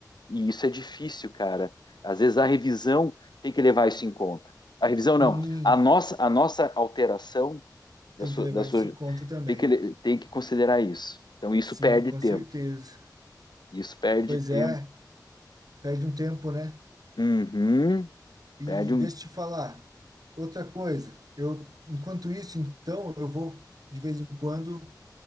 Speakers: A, on the left; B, on the right.
A: e isso é difícil, cara. Às vezes a revisão tem que levar isso em conta. A revisão não.
B: sim,
A: A nossa, a nossa alteração da
B: tem
A: sua,
B: que levar
A: da sua,
B: isso em conta também,
A: tem que,
B: né?
A: tem que considerar isso. Então isso
B: Sim,
A: perde
B: com
A: tempo.
B: certeza.
A: Isso perde
B: Pois
A: tempo.
B: é, perde um tempo, né?
A: Uhum,
B: E
A: perde um.
B: deixa eu te falar, outra coisa, eu, enquanto isso, então, eu vou, de vez em quando,